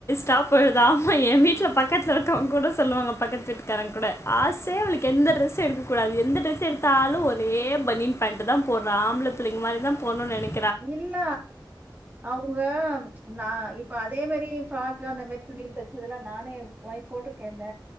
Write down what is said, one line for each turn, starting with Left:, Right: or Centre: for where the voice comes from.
Left: டாப்போடுது ஆமா எ வீட்ல பக்கத்துல இருக்கவங்க கூட சொல்லுவாங்க பக்கத்துக் வீட்டுகாரங்க கூட ஆசையே அவளுக் எந்த டிரெஸ்சு எடுக்ககூடாது எந்த ட்ரெஸ் எடுத்தாலு ஒரே பனியன் பேண்ட்தா போடுற ஆம்பள பிள்ளைங்க மாரி தா போணுனு நெனக்
Right: இல்ல அவுங்க நா இப்ப அதே மாரி ஃப்ராக்கு அந்த மாரி துணில தச்சதுல்லா நானே ஓய் போட்டிருக்கேல்ல